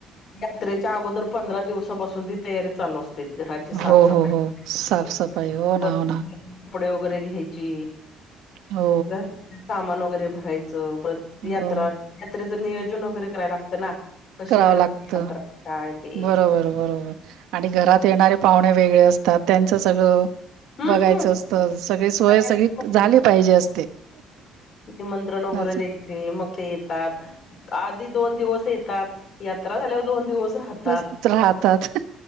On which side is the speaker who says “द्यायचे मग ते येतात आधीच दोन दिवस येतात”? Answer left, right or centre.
Left